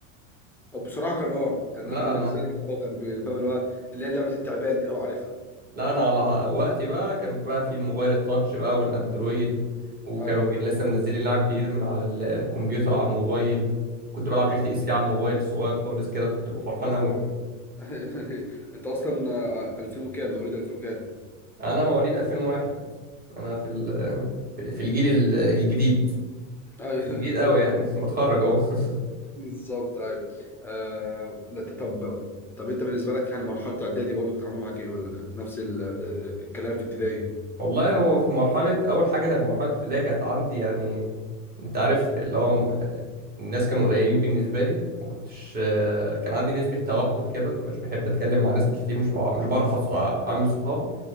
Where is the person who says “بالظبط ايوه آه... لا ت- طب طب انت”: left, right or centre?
Centre